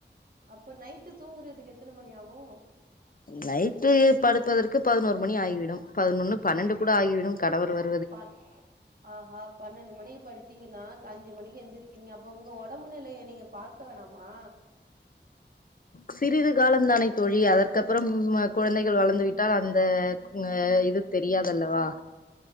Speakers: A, on the right (about 50°); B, on the left (about 50°).
A: அப்போ நைட்டு தூங்குறதுக்கு எத்தன மணி ஆகு
B: நைட்டு படுப்பதற்கு பதனோரு மணி ஆகிவிடும் பதனொன்னு பன்னண்டு கூட ஆகிவிடும் கணவர் வ
A: பாக் ஆஹா பன்னண்டு மணிக்கி படுத்திங்கன்னா அஞ்சு மணிக்கு எந்திரிக்கிறீங்க அப்ப உங்க ஒடம்பு நிலைய நீங்க பார்க்க வேணாமா
B: சிறிது காலம் தானே தோழி அதற்கப் பறம் வ குழந்தைகள் வளர்ந்து விட்டால் அந்த க இது தெரியாதல்லவா